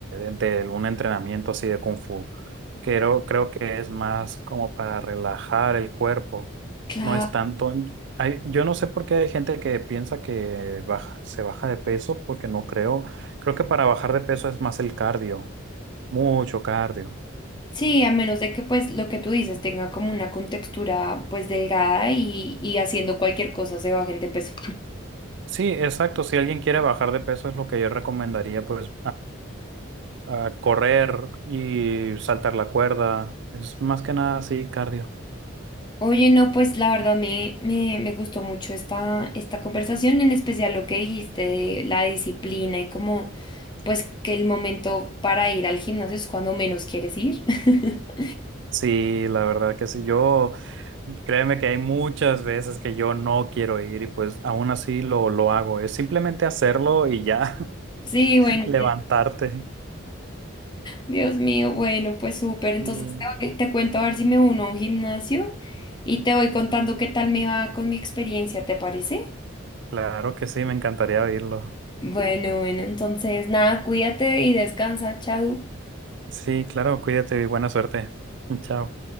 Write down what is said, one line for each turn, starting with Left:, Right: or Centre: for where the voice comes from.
Right: de- de un entrenamiento así de Kung Fu. Creo, creo que es más como para relajar el cuerpo.
Left: Claro.
Right: No es tanto... hay- yo no sé por qué hay gente que piensa que baja- se baja de peso, porque no creo. Creo que para bajar de peso es más el cardio, mucho cardio.
Left: Sí, a menos de que pues lo que tú dices tenga como una contextura pues delgada y, y haciendo cualquier cosa se bajen de peso.
Right: Sí, exacto. Si alguien quiere bajar de peso es lo que yo recomendaría, pues a correr y saltar la cuerda. Es más que nada así, cardio.
Left: Oye, no, pues la verdad me, me, me gustó mucho esta, esta conversación, en especial lo que dijiste de la disciplina y como, pues que el momento para ir al gimnasio es cuando menos quieres ir. <laughs>
Right: Sí, la verdad que sí. Yo, créeme que hay muchas veces que yo no quiero ir y pues aún así lo, lo hago. Es simplemente hacerlo y ya
Left: Sí,
Right: <laughs>
Left: bueno,
Right: levantarte.
Left: Dios mío, bueno, pues súper. Entonces
Right: Y
Left: te, voy- te cuento a ver si me uno a un gimnasio y te voy contando qué tal me va con mi experiencia, ¿te parece?
Right: claro que sí, me encantaría oírlo.
Left: Bueno, bueno, entonces nada, cuídate y descansa, chao.
Right: Sí, claro, cuídate y buena suerte. <laughs> Chao.